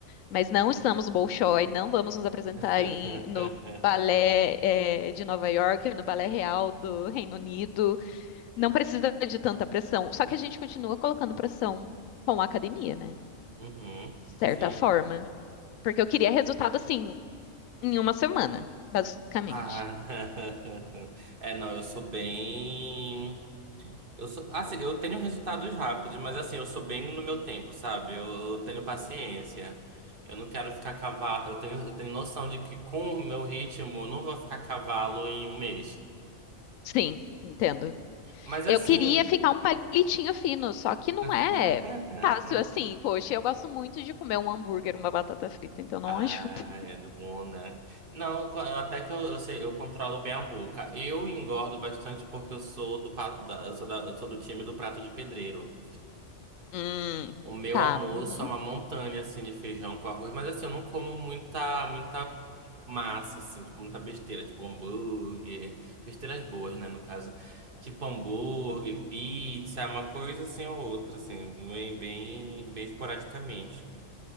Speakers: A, on the left; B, on the right.
A: Mas não estamos no Bolshoi, não vamos nos apresentar
B: <laughs>
A: em, no balé, eh, de Nova York, no balé real do Reino Unido. Não precisa de tanta pressão. Só que a gente continua colocando pressão com a academia, né?
B: Uhum,
A: De certa
B: sim.
A: É. forma. Porque eu queria resultado assim, em uma semana, basicamente.
B: Ah, <laughs> é, não, eu sou bem. Eu sou, assim, eu tenho resultados rápidos, mas assim, eu sou bem no meu tempo, sabe? Eu, eu tenho paciência. Eu não quero ficar cavalo. Eu tenho, eu tenho noção de que com o meu ritmo, eu não vou ficar cavalo em um mês.
A: Sim, entendo.
B: Mas
A: Eu
B: assim.
A: queria ficar um palitinho fino, só que não
B: <laughs>
A: é fácil assim. Poxa, eu gosto muito de comer um hambúrguer, uma batata frita, então não
B: Ah,
A: <laughs> ajuda.
B: é bom, né? Não, co- até que eu, eu sei, eu controlo bem a boca. Eu engordo bastante porque eu sou do, pa- da- eu sou da- eu sou do time do prato de pedreiro.
A: Hum,
B: O meu
A: tá.
B: almoço
A: Uhum.
B: é uma montanha, assim, de feijão com arroz. Mas, assim, eu não como muita, muita massa, assim. Tipo, muita besteira. Tipo, hambúrguer. Besteiras boas, né, no caso. Tipo, hambúrguer, pizza. Uma coisa, assim, ou outra, assim. Bem, bem, bem esporadicamente.